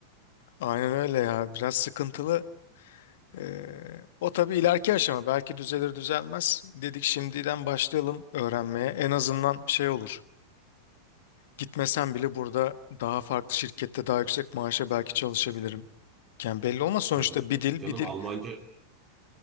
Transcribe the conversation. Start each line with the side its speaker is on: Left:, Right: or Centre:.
Left: aynen öyle ya biraz sıkıntılı. Ee, o tabii ileriki aşama belki düzelir düzelmez. Dedik şimdiden başlayalım öğrenmeye en azından şey olur. Gitmesem bile burada daha farklı şirkette daha yüksek maaşa belki çalışabilirim. Yani belli olmaz sonuçta
Right: Tabii
Left: bir dil
Right: canım
Left: bir dil.
Right: Almanca